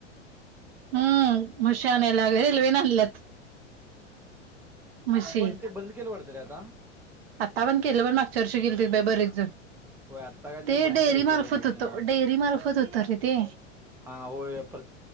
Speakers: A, on the right (about 50°); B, in the centre.
A: हम्म म्हशी आनायला रेल्वे न आणल्यात. म्हशी.
B: पण ते बंद केलं वाटत रे आता....
A: त पण केलं पण मागच्या वर्षी गेलीत बाई बरेच जण....
B: हो आत... आता काहीतरी
A: ते
B: बंद
A: डेअरी
B: केलंय
A: मार्फत
B: ते रेल्वेने
A: होतं डेअरी मार्फत होतं रे ते.
B: हा होय पर...